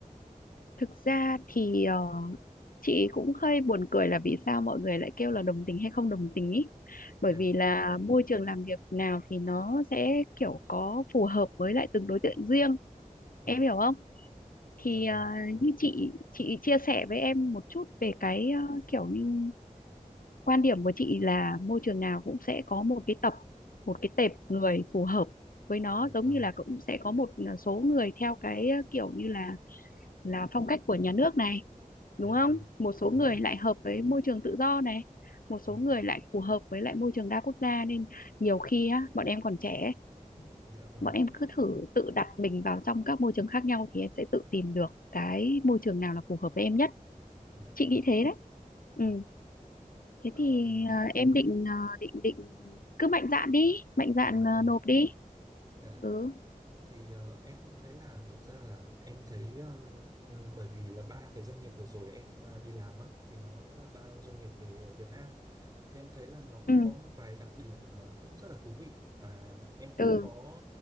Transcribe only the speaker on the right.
dạ
đúng
rồi
dạ
dạ
vâng
dạ
vâng
dạ
vâng
đúng
rồi
đúng
rồi
dạ vâng
dạ
vâng
dạ
Ờm,
Dạ
vâng,
dạ.
Thì ờ, em cũng thấy là thực ra là em thấy um, ừm, bởi vì là ba cái doanh nghiệp vừa rồi em à, đi làm á thì nó là ba doanh nghiệp về ờ, Việt Nam thì em thấy là nó cũng
có một vài đặc điểm mà cũng rất là thú vị và em cũng
có